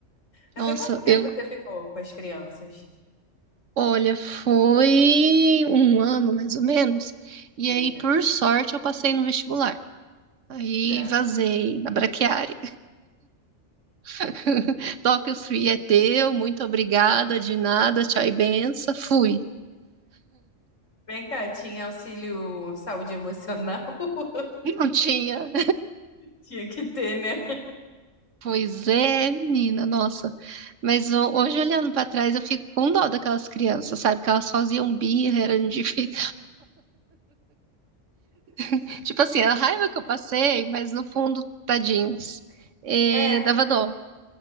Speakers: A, on the left (about 80°); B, on the right (about 75°).
A: Mas
B: nossa,
A: aí, quanto tempo
B: eu,
A: você ficou com as crianças?
B: olha, foi um ano mais ou menos. E
A: Meu
B: aí,
A: Deus,
B: por sorte, eu passei no vestibular. Aí
A: graça.
B: vazei na braquiária. <laughs> Tóquio Free é teu, muito obrigada, de nada, tchau e benção. Fui.
A: Vem cá, tinha auxílio saúde emocional? <laughs>
B: Não tinha
A: Tinha que ter, né?
B: Pois é, menina, nossa. Mas ho- hoje, olhando pra trás, eu fico com dó daquelas crianças, sabe? Que elas faziam birra, eram difíceis. <laughs> Tipo assim, a raiva que eu passei, mas no fundo, tadinhos. É,
A: É,
B: dava dó.